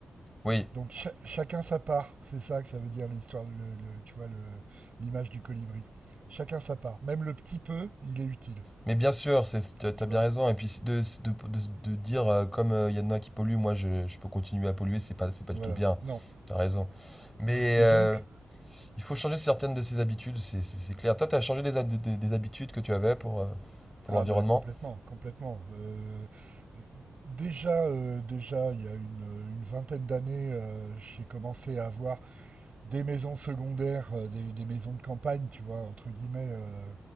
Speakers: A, in the centre; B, on the right.
A: Oui,
B: Donc, cha- chacun sa part. C'est ça que ça veut dire l'histoire, de le, le- tu vois, le- l'image du colibri. Chacun sa part. Même le petit peu, il est utile.
A: mais bien sûr, c'est, c'est- t'as t'as
B: Tu
A: bien
B: vois?
A: raison. Et puis c'est de, c'est de, de- de dire, euh, comme euh, il y en a qui polluent, moi je, je peux continuer à polluer, c'est pas, c'est pas
B: Voilà.
A: du tout bien.
B: Non.
A: T'as raison. Mais
B: Et
A: euh,
B: donc,
A: il faut changer certaines de ses habitudes, c'est c'est- c'est clair. Toi, t'as changé des, hab- des, des habitudes que tu avais pour, euh, pour
B: Ah
A: l'environnement?
B: bah complètement, complètement. Euh, déjà, euh, déjà, il y a une, une vingtaine d'années, euh, j'ai commencé à avoir des maisons secondaires, euh, des, des maisons de campagne, tu vois, entre guillemets, euh,